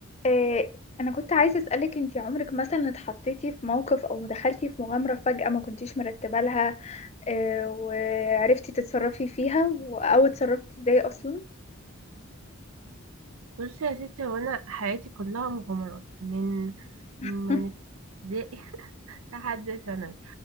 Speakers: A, on the left; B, on the right.
A: إيه انا كنت عايزة اسألك انتي عمرك مثلا اتحطيتي في موقف او دخلتي في مغامرة فجأة ما كنتيش مرتبة لها إيه وعرفتي تتصرفي فيها و- او اتصرفتي ازاي اصلا
B: بصي يا ستي هو انا حياتي كلها مغامرات من من
A: <laughs>
B: ابتدائي <laughs> لحد ثانوي